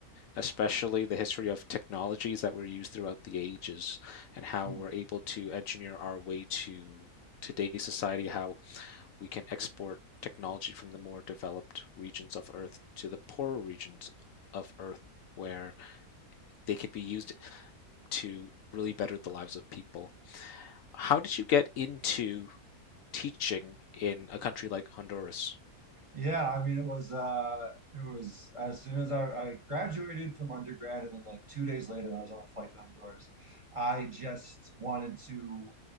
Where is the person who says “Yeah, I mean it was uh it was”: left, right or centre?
Right